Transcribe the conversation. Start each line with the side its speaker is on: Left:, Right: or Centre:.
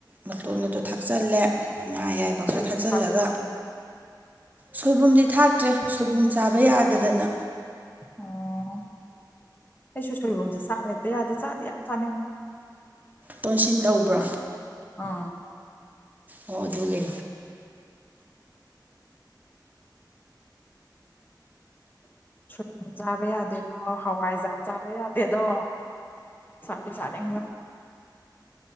Right: ꯃꯇꯣꯟꯒꯗꯣ ꯊꯥꯛꯆꯜꯂꯦ ꯉꯥ ꯌꯥꯏꯕ ꯄꯥ
Left: ꯁꯣꯏꯕꯨꯝ
Right: ꯈꯔ ꯊꯥꯛꯆꯜꯂꯒ
Left: ꯊꯥꯛꯄ꯭ꯔꯣ ꯑꯣ
Right: ꯁꯣꯏꯕꯨꯝꯗꯤ ꯊꯥꯛꯇ꯭ꯔꯦ ꯁꯣꯏꯕꯨꯝ ꯆꯥꯕ ꯌꯥꯗꯗꯅ
Left: ꯑꯣ ꯑꯩꯁꯨ ꯁꯣꯏꯕꯣꯝꯁꯦ ꯆꯥꯕ ꯍꯦꯛꯇ ꯌꯥꯗꯦ ꯆꯥꯗꯤ ꯌꯥꯝ ꯆꯥꯅꯤꯡ
Right: ꯇꯣꯟꯁꯤꯟ ꯇꯧꯕ꯭ꯔꯥ
Left: ꯑꯥ
Right: ꯑꯣ ꯑꯗꯨꯒꯤ
Left: ꯁꯨꯠ ꯆꯥꯕꯥ ꯌꯥꯗꯦ ꯑꯣ ꯍꯋꯥꯏꯖꯥ ꯆꯥꯕ ꯌꯥꯗꯦꯗꯣ ꯁꯥꯗꯤ ꯆꯥꯅꯤ